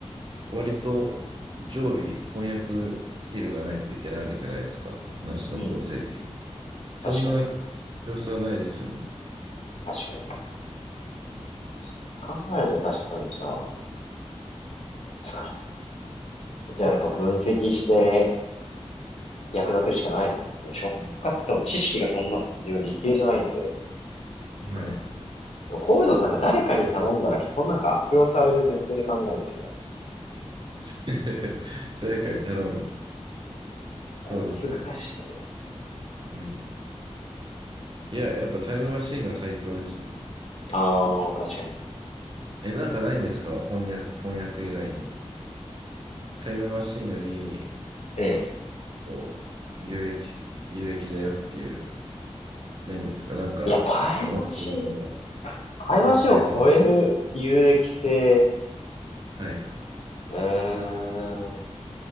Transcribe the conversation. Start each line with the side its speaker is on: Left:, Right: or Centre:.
Right: 割と常備翻訳スキルがないといけないわけじゃないですか。話の構成的に。
Left: うん、うん、
Right: そんな
Left: 確かに、
Right: 様子はないですよね。
Left: 確かに。そう考えると確かにじゃあ、なんですかね。じゃあやっぱ分析して役立てるしかないですね。でも商用化って言っても知識がそんな、そ自分理系じゃないんで。なんか、
Right: はい。
Left: でもこういうのなんか誰かに頼んだら基本なんか悪用される前提で考えないといけない。
Right: <laughs> 誰かに頼む。そうですね。
Left: 難しいところです。
Right: うん。いや、やっぱタイムマシーンが最強ですよ。
Left: ああ、確かに。
Right: え、なんかないんですか翻訳、翻訳以外に。タイムマシーンより、
Left: ええ。
Right: こう、有益、有益だよっていう、ないんですかなんか、
Left: いや、タイムマシン、
Right: その、オッケーさんの、
Left: タイムマシンを超える有益性、
Right: オッケーさんのはい。
Left: うーん、なん